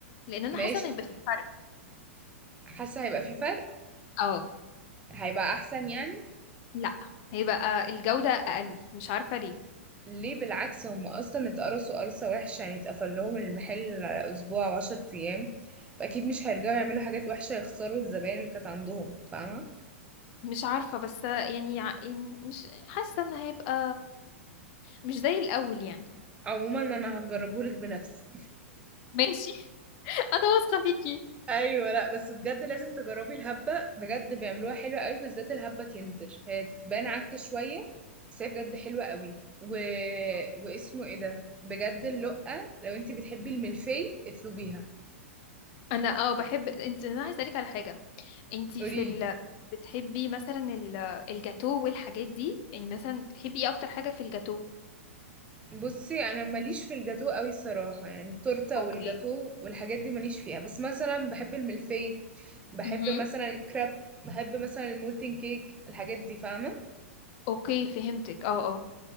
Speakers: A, on the left; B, on the right.
A: لان انا
B: ماشي
A: حاسه ان هيبقى في فرق
B: حاسه هيبقى في فرق
A: اه
B: هيبقى احسن يعني
A: لا هيبقى الجوده اقل مش عارفه ليه
B: ليه بالعكس هم اصلا اتقرصوا قرصه وحشه يعني اتقفل لهم المحل اسبوع وعشر ايام فاكيد مش هيرجعوا يعملوا حاجات وحشه يخسروا الزباين اللي كانت عندهم فاهمه
A: مش عارفه بس يعني ع- يعني مش حاسه ان هيبقى مش زي الاول يعني
B: عموما انا هجربهولك بنفسي
A: ماشي <laughs> انا واثقه فيكي
B: ايوه لا بس بجد لازم تجربي الهبه بجد بيعملوها حلوه قوي بالذات الهبه كنتر هي تبان عك شويه بس هي بجد حلوه قوي و... واسمه ايه ده بجد اللقه لو انت بتحبي الملفي اطلبيها
A: انا اه بحب انت انا عايزه اسالك على حاجه انت في
B: قوليلي
A: ال... بتحبي مثلا ال- الجاتو والحاجات دي يعني مثلا بتحبي ايه اكتر حاجه في الجاتو
B: بصي انا ماليش في الجاتو قوي الصراحه يعني التورته
A: اوكي
B: والجاتو والحاجات دي ماليش فيها بس مثلا بحب الملفي بحب
A: مهم.
B: مثلا الكراب بحب مثلا المولتن كيك الحاجات دي فاهمه
A: اوكي فهمتك اه اه